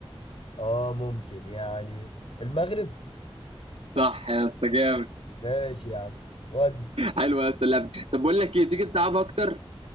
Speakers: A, on the left (about 70°); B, on the right (about 75°).
A: اه ممكن يعني المغرب
B: صح يا اسطى جامد
A: ماشي يا عم ود
B: حلو يا اسطى اللعبه طب بقول لك ايه تيجي تصعب اكتر